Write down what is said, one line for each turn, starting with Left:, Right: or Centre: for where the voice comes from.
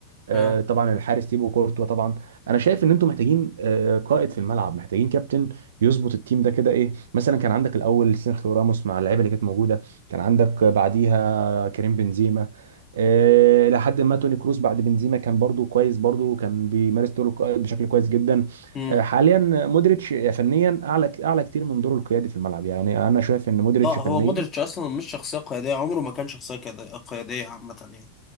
Right: آه،
Left: اه
Right: طبعا الحارس تيبو كورتوا طبعا انا شايف ان انتم محتاجين آه، قائد في الملعب محتاجين كابتن يظبط التيم ده كده ايه مثلا كان عندك الاول سيرخيو راموس مع اللعيبه اللي كانت موجوده كان عندك بعديها كريم بنزيما آه، لحد ما توني كروس بعد بنزيما كان برضو كويس برضو كان بيمارس دور القائد بشكل كويس جدا
Left: امم
Right: آه، حاليا مودريتش فنيا اعلى اعلى كتير من دوره القيادي في الملعب يعني انا شايف ان مودريتش
Left: اه
Right: فنيا
Left: هو مودريتش اصلا مش شخصيه قياديه عمره ما كان شخصيه قياديه قيادية عامه يعني